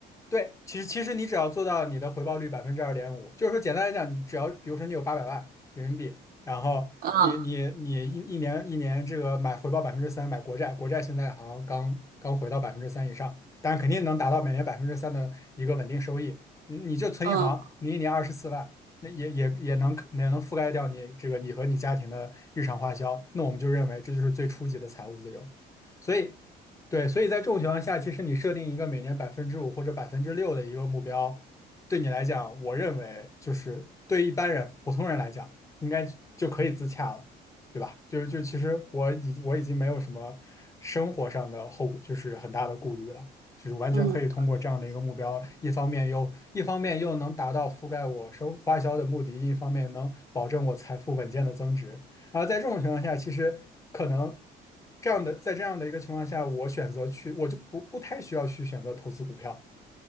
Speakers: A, on the left; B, on the right.
A: 对，其实其实你只要做到你的回报率百分之二点五，就是说简单来讲，你只要比如说你有八百万人民币，然后你你你一一年一年这个买回报百分之三，
B: 嗯
A: 买国债，国债现在好像刚刚回到百分之三以上，但是肯定能达到每年百分之三的一个稳定收益。你你就存银行，
B: 嗯
A: 你一年二十四万，那也也也能也能覆盖掉你这个你和你家庭的日常花销，那我们就认为这就是最初级的财务自由。所以对，所以在这种情况下，其实你设定一个每年百分之五或者百分之六的一个目标，对你来讲，我认为就是对一般人、普通人来讲，应该就可以自洽了，对吧？就是就其实我已我已经没有什么生活上的后，就是很大的顾虑了，就是完全可以通过这样的一个目标，
B: 嗯
A: 一方面又一方面又能达到覆盖我生花销的目的，一方面能保证我财富稳健的增值。然后在这种情况下，其实可能这样的，在这样的一个情况下，我选择去，我就不不太需要去选择投资股票，